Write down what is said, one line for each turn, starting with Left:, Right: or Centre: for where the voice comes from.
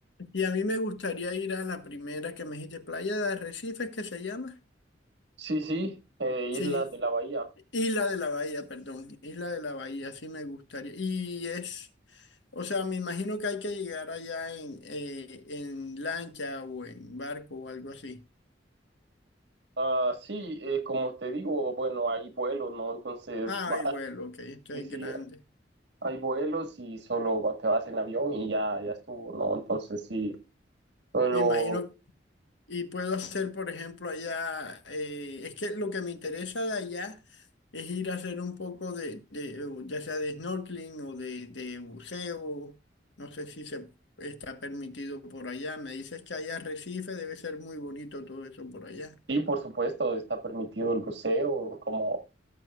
Left: Y a mí me gustaría ir a la primera que me dijiste, Playa de Arrecifes, que se llama.
Right: Sí, sí, eh,
Left: Sí,
Right: Islas de la Bahía.
Left: Isla de la Bahía, perdón, Isla de la Bahía, sí me gustaría. Y es, o sea, me imagino que hay que llegar allá en, eh, en lancha o en barco o algo así.
Right: Ah, sí, eh, como te digo, bueno, hay vuelos, ¿no? Entonces,
Left: Ah,
Right: va,
Left: y vuelo, ok, esto
Right: sí,
Left: es
Right: sí,
Left: grande.
Right: hay vuelos y solo va- te vas en avión y ya, ya estuvo, ¿no? Entonces, sí, pero
Left: Me imagino Y puedo hacer, por ejemplo, allá, eh, es que lo que me interesa de allá es ir a hacer un poco de, de, eh, ya sea de snorkeling o de, de buceo. No sé si se está permitido por allá. Me dices que hay arrecife, debe ser muy bonito todo eso por allá.
Right: sí, por supuesto, está permitido el buceo, como